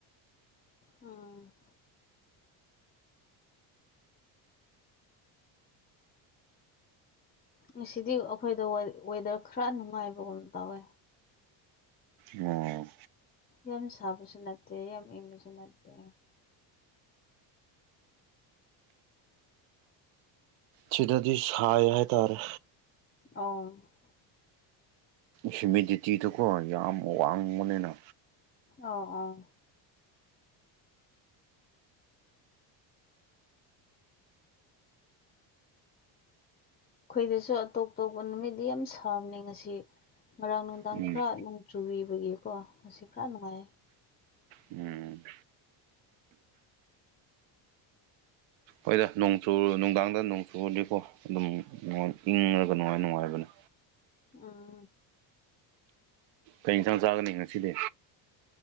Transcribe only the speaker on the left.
ꯎꯝ ꯉꯁꯤꯗꯤ ꯑꯩꯈꯣꯏꯗ ꯋꯦꯗꯔ ꯈꯔ ꯅꯨꯡꯉꯥꯏꯕꯒꯨꯝ ꯇꯧꯋꯦ
ꯌꯥꯝ ꯁꯥꯕꯁꯨ ꯅꯠꯇꯦ ꯌꯥꯝ ꯏꯪꯕꯁꯨ ꯅꯠꯇꯦ
ꯑꯣ
ꯑꯥꯎ ꯑꯥꯎ ꯑꯩꯈꯣꯏꯗꯁꯨ ꯑꯇꯣꯞ ꯑꯇꯣꯞꯄ ꯅꯨꯃꯤꯠꯗꯤ ꯌꯥꯝ ꯁꯥꯕꯅꯤ ꯉꯁꯤ ꯉꯔꯥꯡ ꯅꯨꯡꯗꯥꯡ
ꯈꯔ ꯅꯣꯡ ꯆꯨꯕꯤꯕꯒꯤꯀꯣ ꯑꯁꯤ ꯈꯔ ꯅꯨꯡꯉꯥꯏꯌꯦ
ꯑꯥꯝ